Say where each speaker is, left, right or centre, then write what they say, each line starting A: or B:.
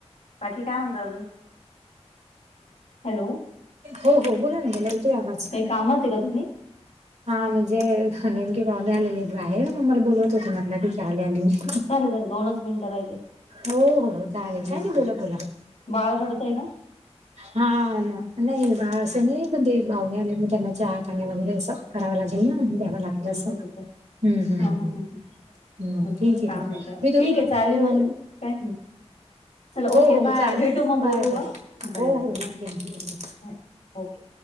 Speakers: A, on the left; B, on the right.
A: बाकी काय म्हणता अजून? हॅलो,
B: हो हो बोला ना बोला. येतोय आवाज
A: काही कामात आहे का तुम्ही?
B: हा म्हणजे नेमके पाहुणे आलेले आहेत बाहेर मग मला बोलवत होते म्हटलं ठीक आले आली मी.
A: झालं झालं दोनच मिनिटं राहिले.
B: हो हो चालेल काय
A: हम्म
B: नाही बोला बोला.
A: बाळ रडतंय का
B: हा ना नाही बा असं नाही पण ते भाऊने आले मी त्यांना चहा पाणी वगैरे असं, करावां लागेल ना द्यावं लागेल
A: अच्छा
B: अस हम्म
A: अच्छा अच्छा
B: हम्म
A: हा
B: हम्.
A: हा हा
B: हम्
A: म्हटलं
B: ठीक हे
A: काम
B: ठीक
A: आहे
B: हे
A: का
B: मी त
A: ठीक आहे चालेल
B: हो
A: मग काही नाही चला
B: हो
A: ओके
B: हो
A: बाय
B: चालेल
A: भेटू मग बोलू
B: बाय बाय
A: हा बाय
B: हो
A: बाय
B: हो नक्की नक्की.
A: Bye okay.